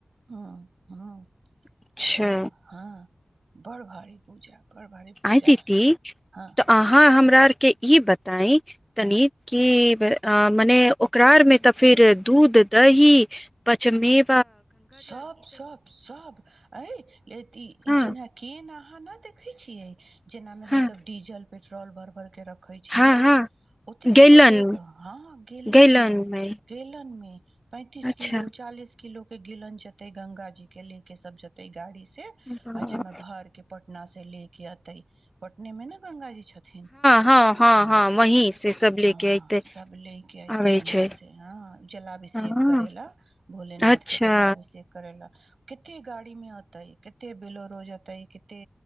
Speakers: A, on the right (about 85°); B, in the centre.
A: ह हँ
B: अच्छा
A: अ हँ बड़ भारी पूजा बड़ भारी पूजा
B: आ तीी
A: हँ
B: तऽ अहाँ हमरा के ई बताई तनीत
A: हँ
B: की मने ओकरार में तऽ फिर दूध दही पचमे
A: सब सब सब अ य
B: हँ
A: जेना कि न ना देखै छियै जेना मे हम
B: हँ
A: सभ डीजल पेट्रोल भर के रखे छियै
B: हँ हँ
A: ओतेक
B: गैलन
A: ओतेक हँ गेलन
B: गैलन
A: मेन
B: मे
A: मे पैंतीस
B: अच्छा
A: किलो चालीस किलो गिलन जेतय गंगा जी के ले के सब जेतय गाड़ी से।
B: हँ
A: आ जमे भरके पट पटना से ले के अतय पटने में ने गंगा जी छ छथिन
B: हँ हँ
A: ह
B: हँ वहीं से सब लेके
A: ह
B: अयते
A: सब ले के अयतय
B: आबै
A: वहाँ
B: छै
A: से ह जलाभिषेक
B: हँ
A: करे ला भोलेनाथ
B: अच्छा
A: जला अभिषेक करे ला केते गाड़ी मे अयतइ केते बेलोरो रोज जीतय केते